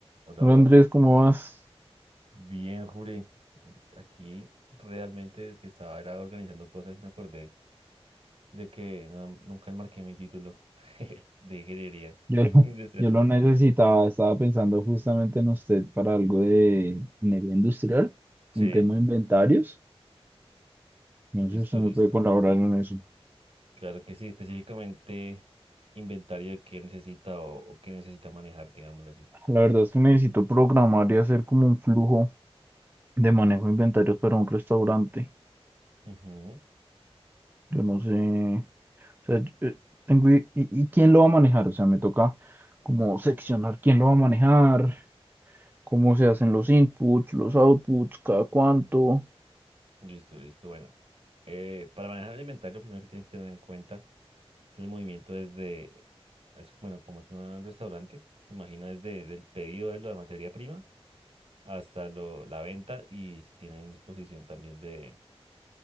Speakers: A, on the right; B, on the right.
A: Hola,
B: Hola
A: hola.
B: Andrés,
A: Ju-
B: ¿cómo vas?
A: Bien, Juli. Aquí realmente que estaba era organizando cosas y me acordé de que no- nunca enmarqué mi título <laughs> de ingeniería
B: Yo, <laughs> lo-
A: industrial.
B: yo lo
A: <laughs>
B: necesitaba, estaba pensando justamente en usted para algo de ingeniería industrial,
A: Sí,
B: un tema de inventarios.
A: listo,
B: No sé si usted
A: listo.
B: me puede colaborar en eso.
A: Claro que sí, específicamente inventario de qué necesita o, o qué necesita manejar, digámoslo así.
B: La verdad es que necesito programar y hacer como un flujo de manejo de inventarios para un restaurante.
A: Ujú,
B: Yo no sé, o sea, yo, eh, tengo i- y, y quién lo va a manejar, o sea, me toca como seccionar quién lo va a manejar, cómo se hacen los inputs, los outputs, cada cuánto.
A: Listo, listo. Bueno, eh, para manejar el inventario, primero que tiene que tener en cuenta. Es el movimiento desde, es, bueno, como es un restaurante, imagino desde el pedido de la materia prima hasta lo, la venta y si tienen disposición también de,